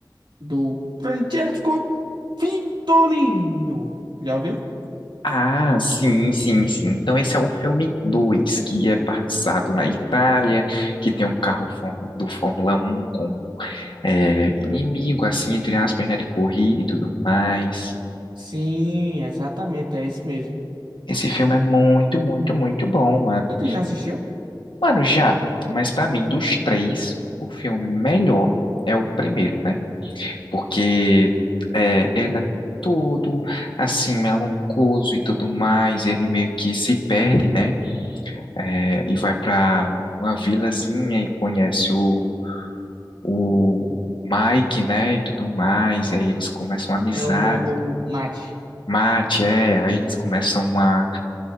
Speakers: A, on the right; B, on the left.
A: do Francesco Vitorino. Já ouviu?
B: Ah, sim, sim, sim. Então esse é o filme 2 que é passado na Itália, que tem um carro fór- do Fórmula Um como é, inimigo, assim, entre aspas, né, de corrida e tudo mais.
A: Sim, exatamente, é isso mesmo.
B: Esse filme é muito, muito, muito bom, mano.
A: E tu já assistiu?
B: Mano, já, mas pra mim, dos três, o filme melhor é o primeiro, né? porque é, ele é todo assim melancoso e tudo mais. Ele meio que se perde, né? É, e vai para uma vilazinha e conhece o, o Mike, né? E tudo mais. Aí eles começam uma amizade.
A: É o Mate.
B: Mate, é, aí eles começam uma,